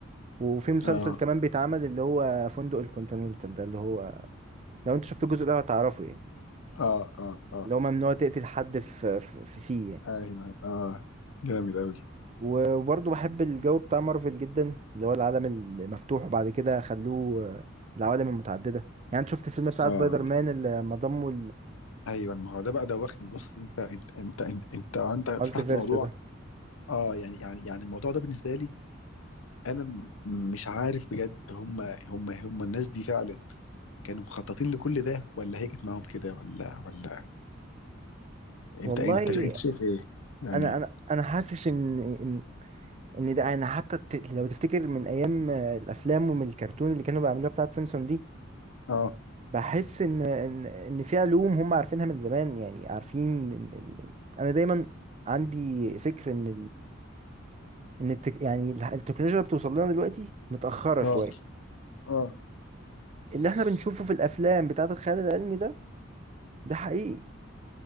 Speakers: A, on the right (about 30°); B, on the left (about 85°).
A: وفي مسلسل
B: اه
A: كمان بيتعمل اللي هو فندق الكونتيننتال ده اللي هو لو انت شفت الجزء ده هتعرفه يعني
B: اه اه اه
A: اللي هو ممنوع تقتل حد في في- في- فيه يعني
B: ايوه اه جامد اوي
A: وبرضه بحب الجو بتاع مارفل جدا اللي هو العالم المفتوح وبعد كده خلوه آه، العوالم المتعددة يعني انت شفت الفيلم بتاع
B: اه
A: سبايدر مان اللي ما ضموا
B: ايوه ما هو ده بقى دوخني بص انت انت انت انت انت, آه، انت فتحت
A: المالتيفيرس
B: موضوع
A: ده
B: اه يعني يعني يعني الموضوع ده بالنسبه لي انا م- مش عارف بجد هم هم هم الناس دي فعلا كانوا مخططين لكل ده ولا هي كانت معاهم كده ولا ولا انت
A: والله
B: انت انت شايف ايه يعني
A: انا انا انا حاسس ان ان ان ده انا حتى ت- لو تفتكر من ايام آه، الافلام ومن الكرتون اللي كانوا بيعملوها بتاعت سيمسون دي
B: اه
A: بحس ان ان ان في علوم هم عارفينها من زمان يعني عارفين إن- إن- انا دايما عندي فكر ان ان التك... يعني الح- التكنولوجيا اللي بتوصل لنا دلوقتي متأخرة
B: اه
A: شوية
B: اه
A: اللي احنا بنشوفه في الافلام بتاعت الخيال العلمي ده ده حقيقي